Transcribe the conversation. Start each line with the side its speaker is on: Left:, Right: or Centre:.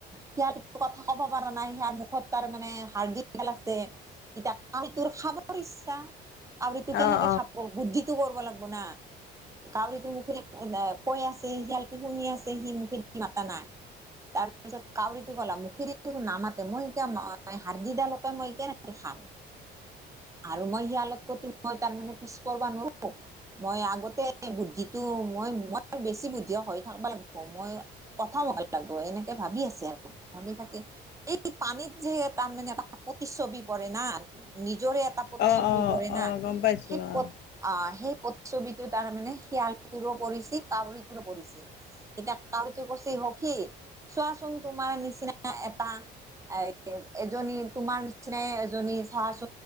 Right: সিয়াাত কথা কব পাৰা নাই সাৰ মুখত তাৰ মানে হাৰ্াল আছে ইতয়া আ তোৰ খাবাৰ ইচ্ছা আ তু
Left: অ',
Right: কেনেকে খাব বুদ্ধি কৰিব লাগিব ন কাউৰীটো মুখেদি কৈ আছে শাল শুনি আছে সি মুখে দি মাতা নাই তাৰপিছত কাউৰীটো গলা মুখে নামাতে মই এতিয়া হাৰ্দিিডালকে মই এক খাম <inaudible> আৰু মই শিয়ালত প্ৰতি মই তাৰ মে পিছপবা নোৱাৰো মই আগতে বুদ্ধিটো মই বেছি বুদ্ধি হৈ থাকব লাগিব মই প্ৰথম হ'ব লাগিব এনেকে ভাবি আছে আৰু ভাবি থাকি এই পানীত যে তাৰমানানে এটা প্ৰতিচ্ছবি পৰে না নিজৰে এটা প্ৰতিচ্ছবি
Left: অ', অ',
Right: পৰে না
Left: অ', গম পাইছোঁ
Right: সেই
Left: অ',
Right: প সেই ছবিটোো তাৰ মানে শিয়ালটোৰো পৰিছে কাউৰীটোো পৰিছে এতিয়া কাউৰীটো কছে সখি চোৱাচোন তোমাৰ নিচিনা এটা এ এজনী তোমাৰ নিচিনাই এজনী চাহা চ